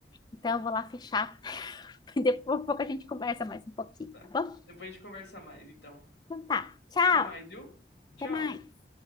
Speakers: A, on the left; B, on the left.
A: Então eu vou lá fechar. <laughs> Depois, um pouco a gente conversa mais um pouquinho,
B: Tá.
A: tá bom?
B: Depois a gente conversa mais, então.
A: Então tá. Tchau.
B: Até mais, viu? Tchau.
A: Até mais.